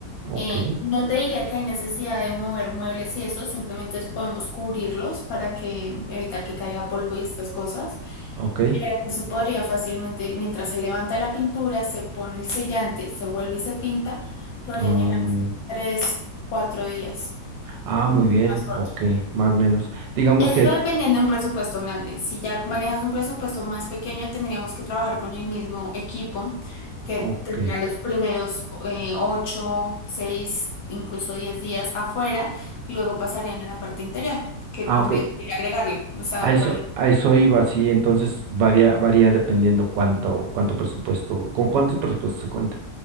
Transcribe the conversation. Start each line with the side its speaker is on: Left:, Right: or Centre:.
Right: Ok.
Left: Eh, no te diría que hay necesidad de mover muebles y eso, simplemente podemos cubrirlos para que evitar que caiga polvo y estas cosas.
Right: Ok.
Left: Pero eso podría fácilmente, mientras se levanta la pintura, se pone el sellante, se vuelve y se pinta, podrían
Right: Ah,
Left: llegar
Right: muy
Left: a ser
Right: bien.
Left: tres, cuatro días,
Right: Ah,
Left: mucho
Right: muy bien.
Left: más corto.
Right: Ok. Más o menos. Digamos
Left: Eso
Right: que.
Left: dependiendo de un presupuesto grande. Si ya manejas un presupuesto más pequeño, tendríamos que trabajar con el mismo equipo que
Right: Ok.
Left: tendría los primeros eh, ocho, seis, incluso diez días afuera y luego pasarían a la parte interior, que
Right: Ah,
Left: tendrías
Right: ok.
Left: que agregarle. O sea,
Right: A eso,
Left: por el
Right: a eso iba, sí, entonces varía, varía dependiendo cuánto, cuánto presupuesto, con cuánto presupuesto se cuenta.